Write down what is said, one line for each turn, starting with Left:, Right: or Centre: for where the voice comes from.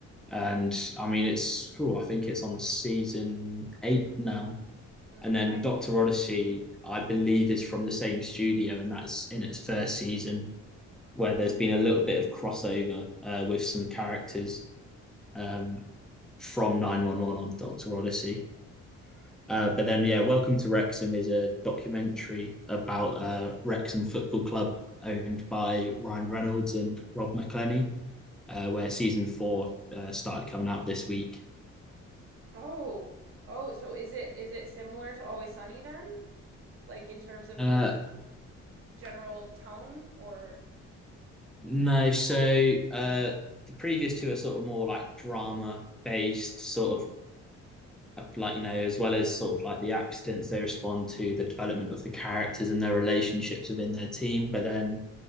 Centre: And I mean, it's, ooh, I think it's on season eight now.
Right: Mm.
Centre: And then
Right: I
Centre: Dr. Odyssey, I believe, is from the same studio, and that's in its first season where there's been a little bit of crossover uh, with some characters um, from 911 on Dr. Odyssey. Uh, but then, yeah, Welcome to Wrexham is a documentary about uh, Wrexham Football Club, owned by Ryan Reynolds and Rob McElhenney, uh, where season four uh, started coming out this week.
Right: oh oh. So is it is it similar to Always Sunny then? Like in terms of
Centre: Uh,
Right: the general tone or
Centre: no, so uh, the previous two are sort of more like drama based, sort of uh, like, you know, as well as sort of like the accidents they respond to, the development of the characters and their relationships within their team. But then